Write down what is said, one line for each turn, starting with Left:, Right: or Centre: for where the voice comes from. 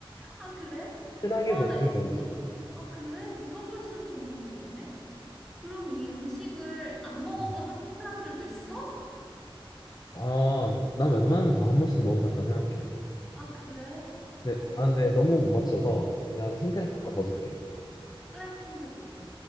Centre: 아, 그래?
Left: 흔하게
Centre: 와,
Left: 볼
Centre: 나
Left: 수
Centre: 이거
Left: 있는
Centre: 점점,
Left: 음식.
Centre: 아, 그래? 물어볼수록 점점 모르겠네? 그럼 이 음식을 안 먹어본
Left: 음.
Centre: 한국 사람들도 있어?
Left: 아, 난 웬만하면 다 한 번씩 먹어봤다 생각해.
Centre: 아, 그래?
Left: 근데,
Centre: 어,
Left: 아, 근데
Centre: 어,
Left: 너무 못 맞춰서 내가 힌트를 하나 더 줄게.
Centre: 그래? 힌트 줘.